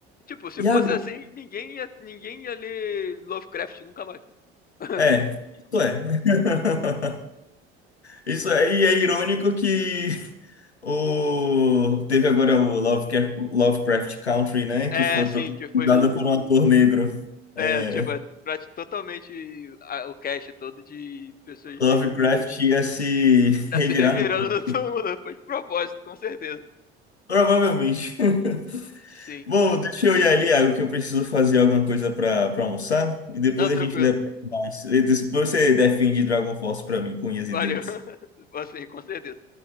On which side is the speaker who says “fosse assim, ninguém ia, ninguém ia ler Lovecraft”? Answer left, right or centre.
Left